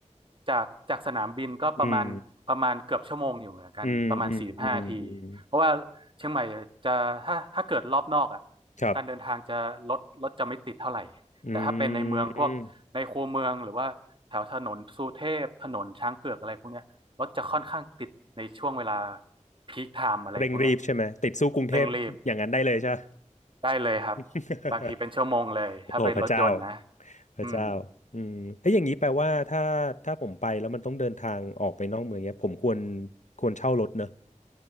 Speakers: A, on the right (about 40°); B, on the left (about 70°).
A: จากจากสนามบินก็ประมาณประมาณเกือบชั่วโมงอยู่เหมือนกันประมาณสี่สิบห้านาที
B: อืมอืมอืมอืมอืม
A: เพราะว่าเชียงใหม่จะถ้าถ้าเกิดรอบนอกอ่ะ
B: ครับ
A: การเดินทางจะรถรถจะไม่ติดเท่าไหร่แต่ถ้าเป็นในเมืองพวกในคูเมืองหรือว่าแถวถนนสุเทพถนนช้างเผือกอะไรพวกเนี้ยรถจะค่อนข้างติดในช่วงเวลา
B: อืม
A: พีคไทม์อะไรพวกเนี้ย
B: เร่งรีบใช่ไหมติดสู้กรุงเทพอย่างนั้นได้เลยใช่ไหม
A: เร่งรีบได้เลยครับ
B: <laughs>
A: บางทีเป็นชั่วโมงเลยถ้าเป็นรถยนต์นะ
B: โอ้พระเจ้าพระเจ้าอืมถ้าอย่างนี้แปลว่าถ้าถ้าผมไปแล้วมันต้องเดินทางออกไปนอกเมืองเนี้ยผมควร
A: อืม
B: ควรเช่ารถเนอะ